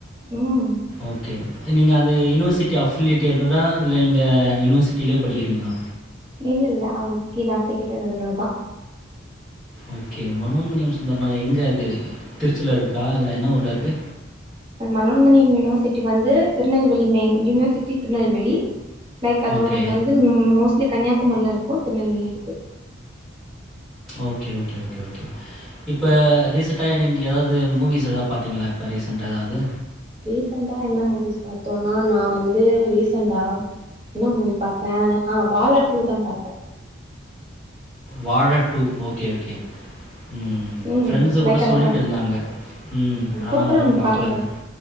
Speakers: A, on the right; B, in the centre.
A: ம்
B: ஓகே நீங்க அந்த யூனிவர்சிட்டி அஃபிலட்டியடரா இல்ல நீங்க யூனிவர்சிட்டிலயே படிக்கிறீங்களா
A: இல்ல இல்ல அவதுக்கு கீழே ஆப்ளிகேட்டட் அதுல தான்
B: ஓகே மனோன்மணியம் சுந்தரனா எங்கே அது திருச்சியில் இருக்கா இல்ல என்ன ஊரில் இருக்கு
A: மன்னோன்மணியம் யூனிவர்சிட்டி வந்து திருநெல்வேலி மெய் யுனிவர்சிட்டி திருநெல்வேலி லைக் அதோடது
B: ஓகே.
A: வந்து மோஸ்ட்லி கன்னியாமாரி இருக்கும் திருநெல்வேலி இருக்கு
B: ஓகே ஓகே ஓகே ஓகே இப்ப ரீசெண்ட்டா இக எங்கயாவது மூவிஸ் எதாவது பாரத்தீங்களா இப்ப ரீசன்ட்டா எதாவது
A: ரீசென்டா என்ன மூவிஸ் பாத்தோனா நா வந்து ரீசென்டா என்ன மூவி பாத்த ஆ பால டூ தா பாத்த
B: வாழடூ ஓகே ஓகே ம்
A: ம்
B: ஃப்ரெண்ட்ஸ் கூட
A: லைக் அத
B: சொல்லிட்டு
A: பா
B: இருந்தாங்க ம் ஆனா
A: சூப்பரா
B: ஒன்னு
A: இருந்து
B: பாக்கல
A: பாருங்க
B: அத